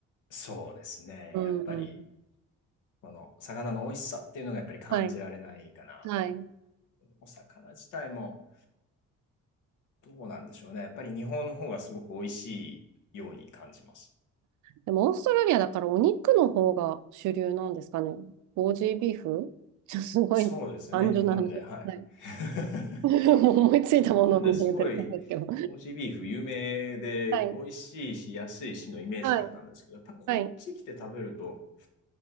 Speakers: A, on the left (about 85°); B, on the right (about 75°).
A: そうですね。
B: うん。
A: やっぱり、この魚の美味しさっていうのがやっぱり感じられないかなと。
B: はい。はい。
A: お魚自体も、どうなんでしょうね。やっぱり日本の方がすごく美味しいように感じます。
B: でも、オーストラリアだからお肉の方が主流なんですかね。ボージービーフちょっと <laughs> すごい単純な話です。
A: そうですよね、日本で。はい。
B: はい。
A: <laughs>
B: <laughs> もう思いついたものをみんな言ってる感じですけど。
A: 日本ですごい、オージービーフ有名で美味しいし安いしのイメージだったんですけど、
B: はい。はい。
A: やっぱこっち来て食べると、
B: はい。